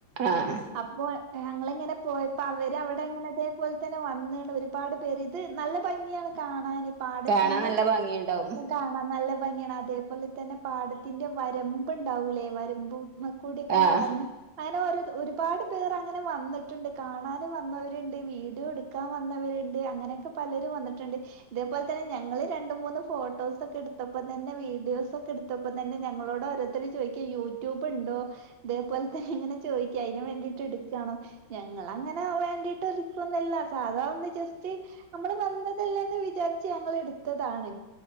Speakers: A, on the right; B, on the right.
A: ആഹ്
B: അപ്പോ ഞങ്ങളിങ്ങനെ പോയപ്പോ അവര് അവിടെങ്ങനെ ഇതേപോലെ തന്നെ വന്ന്ണ് ഒരുപാട് റുത് നല്ല ഭംഗിയാണ് കാണാന് പാടത്തിന്റെ,
A: കാണാൻ നല്ല ഭംഗിയുണ്ടാവും.
B: കാണാൻ നല്ല ഭംഗിയാണ് അതേപോലെ തന്നെ പാടത്തിന്റെ വരമ്പ് ഉണ്ടാവൂല്ലേ വരമ്പ് ക്കൂടിയൊക്കെ
A: ആഹ്
B: നടന്ന് അങ്ങനെ ഒരു ഒരുപാട് പേർ അങ്ങനെ വന്നിട്ടുണ്ട് കാണൻ വന്നവരുണ്ട്, വീഡിയോ എടുക്കാൻ വന്നവരുണ്ട്, ണ്ട് അങ്ങനെയൊക്കെ പലരും വന്നിട്ടുണ്ട്. ഇതേപോലെ തന്നെ ഞങ്ങള് രണ്ടു മൂന്നും ഫോട്ടോസൊക്കെ എടുത്തപ്പതന്നെ വീഡിയോസൊക്കെ തപ്പം തന്നെ ഞങ്ങളോട് ഓരോരുത്തര് ചോയ്ക്കാ യൂട്യൂബ് ഉണ്ടോ ഇതേപോലത്തെ ഇങ്ങനെ ചോയ്ക്കും അയ്നും വേണ്ടിട്ട് എട്ക്കാണോ ഞങ്ങള് അങ്ങനെ വേണ്ടിട്ട് എട്ക്കോന്നല്ല സാധാ ഒന്ന് ജസ് റ്റ് അമ്മള് വന്നതല്ലേന്ന് വിചാരിച്ച് ഞങ്ങള് എടുത്തതാണ്